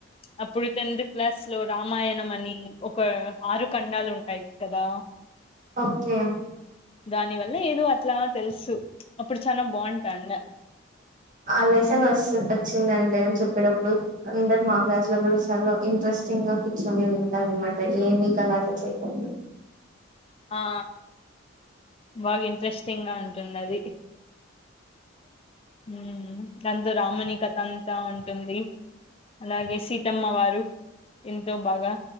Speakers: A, on the left; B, on the right.
A: అప్పుడు టెన్త్ క్లాస్ లో రామాయణం అని ఒక ఆరు ఖండాలు ఉంటాయి కదా
B: ఓకే
A: దాని వల్ల ఏదో అట్లా తెలుసు అప్పుడు చాలా బాగుంటాడ
B: అ లెసన్ వస వచ్చి దంటే అని చెప్పేటప్పుడు అందరు మా క్లాస్ లో కూడా చాలా ఇంట్రెస్టింగ్ గా కూర్చొని వింటారు. అ ఏమి గలాటా చేయము
A: ఆ బాగా ఇంట్రెస్టింగ్ గా ఉంటుంది అది ఉ దంతో రామణ కథ అంతా ఉంటుంది అలాగే సీతమ్మ వారు ఎంతో బాగా